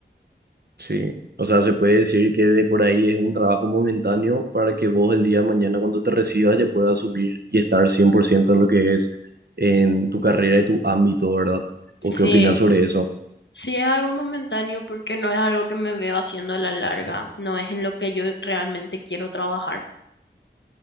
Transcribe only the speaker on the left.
Sí,
Sí, es algo momentáneo porque no es algo que me veo haciendo a la larga, no es en lo que yo realmente quiero trabajar.